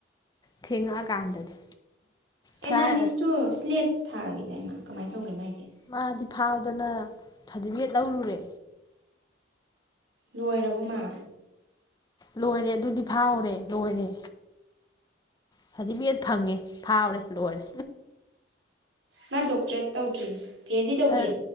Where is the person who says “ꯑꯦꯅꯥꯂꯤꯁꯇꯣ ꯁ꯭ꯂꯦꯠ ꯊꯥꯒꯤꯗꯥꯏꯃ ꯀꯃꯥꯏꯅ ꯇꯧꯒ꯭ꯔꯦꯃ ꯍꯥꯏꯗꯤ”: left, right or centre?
Right